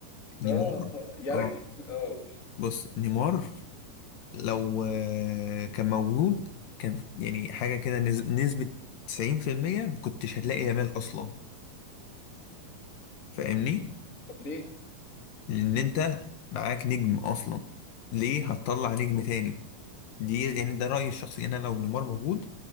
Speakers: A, on the left (about 25°); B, on the left (about 75°).
A: ده
B: نيمار
A: يا
B: اه
A: راجل اه قول
B: بص نيمار لو آه، كان موجود كان في- يعني حاجة كده نز- نسبة 90% ما كنتش هتلاقي يامال أصلا فاهمني؟
A: طب ليه؟
B: لأن أنت معاك نجم أصلا ليه هتطلع نجم تاني؟ دي يعني ده رأيي الشخصي أنا لو نيمار موجود